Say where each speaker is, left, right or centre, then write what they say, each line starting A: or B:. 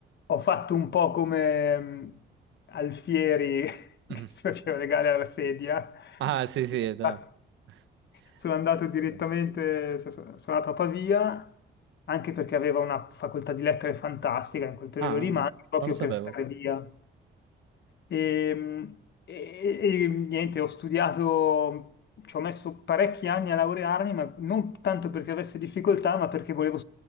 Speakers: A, on the left (about 60°); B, on the right (about 75°).
A: ho fatto un po' come mh, Alfieri <laughs> che
B: Mhm.
A: si faceva legare alla sedia.
B: Ah, sì,
A: Sono
B: sì, dai.
A: andato
B: <laughs>
A: sono andato direttamente,
B: Presente.
A: so- so- sono andato a Pavia, anche perché aveva una facoltà di lettere fantastica in quel periodo
B: Ah,
A: lì,
B: no,
A: ma anche proprio
B: non lo sapevo.
A: per stare via. Ehm, E, e- e niente, ho studiato, ci ho messo parecchi anni a laurearmi, ma non tanto perché avessi difficoltà, ma perché volevo